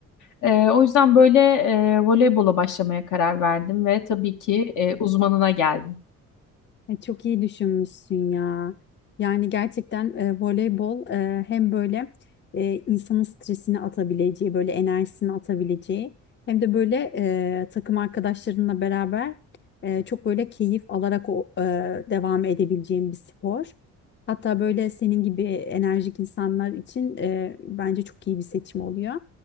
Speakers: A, on the left (about 80°); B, on the left (about 35°).
A: Ee, o yüzden böyle e, voleybola başlamaya karar verdim ve tabii ki e, uzmanına geldim.
B: Ay, çok iyi düşünmüşsün ya. Yani gerçekten e, voleybol e, hem böyle e, insanın stresini atabileceği, böyle enerjisini atabileceği hem de böyle e, takım arkadaşlarınla beraber e, çok böyle keyif alarak o, e, devam edebileceğin bir spor. Hatta böyle senin gibi enerjik insanlar için e, bence çok iyi bir seçim oluyor.